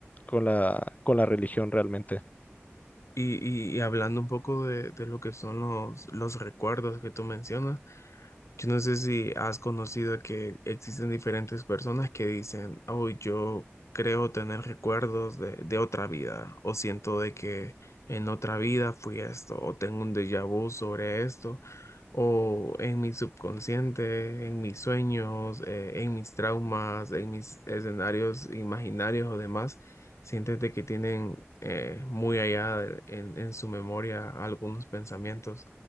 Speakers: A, on the left (about 35°); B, on the left (about 85°).
A: con la, con la religión realmente.
B: y- y hablando un poco de, de lo que son los, los recuerdos que tú mencionas. Yo no sé si has conocido que existen diferentes personas que dicen, oh, yo creo tener recuerdos de, de otra vida, o siento de que en otra vida fui esto, o tengo un déjà vu sobre esto, o en mi subconsciente, en mis sueños, eh, en mis traumas, en mis escenarios imaginarios o demás, sientes de que tienen eh, muy allá de- en, en su memoria algunos pensamientos.